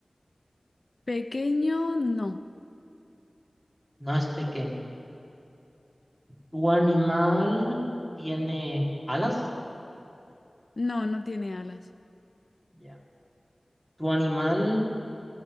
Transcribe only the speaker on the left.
Pequeño, no.
No, no tiene alas.